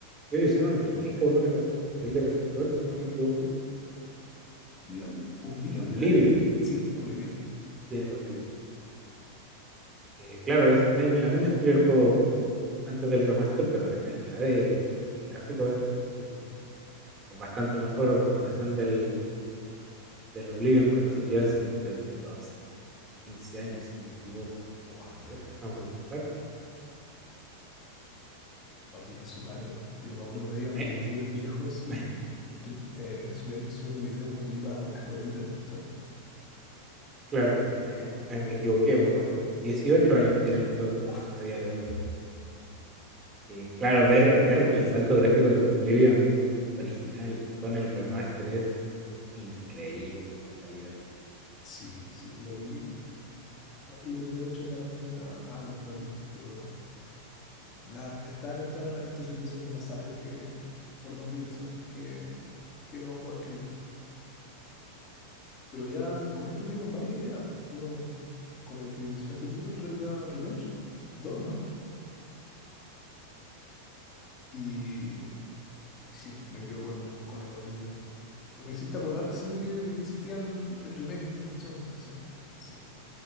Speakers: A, on the right (about 20°); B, on the left (about 30°).
A: que le hicieron un remake a uno de los de Elder Scrolls, si no me equivoco,
B: Sí, al Oblivion
A: al Oblivion.
B: era. Sí, Oblivion.
A: Al, sí, al Oblivion. que claro, es el- la misma historia del juego antes del remaster, pero la calidad de, de gráficos es, es un- es bastante mejor a comparación del, del Oblivion cuando salió hace creo que doce quince años, si no me equivoco.
B: Buah,
A: A ver, déjame buscar.
B: no tiene sus años. Yo me acuerdo veía
A: Me,
B: youtubers viejos así,
A: me- <laughs>
B: estoy, eh, subiendo, subiendo videos cuando yo iba por la escuelita. ¿sabes?
A: claro, me, me- me equivoqué por bastante. dieciocho años tiene el juego
B: Buah,
A: a día de hoy. Eh, claro, ver, ver el salto gráfico del Oblivion, el original, con el remaster es increíble la calidad.
B: sí, sí, lo vi. y no- le tenía muchas ganas también a, a comprarlo, pero nada, está en esta, en esta situación de no saber qué, por dónde ir, ¿sabes? Qué, qué nuevo juego adquirir. Pero ya con esto quedo con varias ideas. Yo, con el que mencionaste tú, el Red Dead Redemption dos, ¿no? Y Sí, me quedo con, con el Oblivion. Me hiciste acordar recién de que, de que existía el, el remake este en cuestión, entonces, sí.